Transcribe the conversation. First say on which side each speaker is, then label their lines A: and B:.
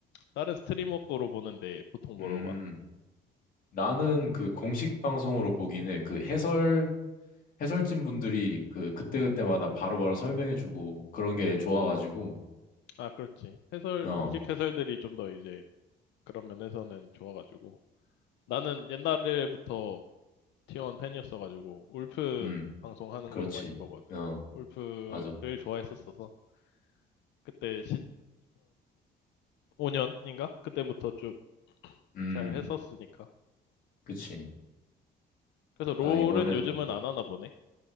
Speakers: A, on the left (about 75°); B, on the left (about 50°).
A: 다른 스트리머 거로 보는데 보통 뭐로
B: 음,
A: 봐?
B: 나는 그 공식 방송으로 보긴 해. 그 해설, 해설진 분들이 그 그때그때마다 바로바로 설명해주고 그런 게 좋아가지고,
A: 아, 그렇지. 해설,
B: 어,
A: 공식 해설들이 좀 더 이제 그런 면에서는 좋아가지고. 나는 옛날부터 티원 팬이었어가지고 울프
B: 음,
A: 방송하는
B: 그렇지.
A: 거로 많이 보거든.
B: 어,
A: 울프를
B: 맞아.
A: 좋아했었어서 그때 2015년인가? 그때부터 쭉
B: 음,
A: 잘 했었으니까.
B: 그치.
A: 그래서 롤은
B: 아, 이번에도.
A: 요즘은 안 하나 보네.